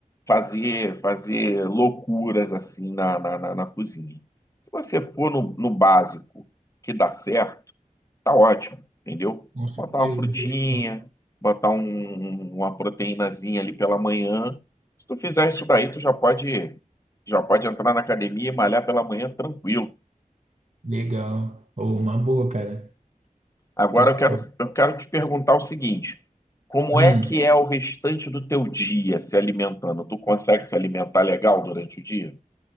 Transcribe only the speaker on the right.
Com certeza.
Legal.
Legal. Oh, uma boa, cara.
Top,
top.
Hum.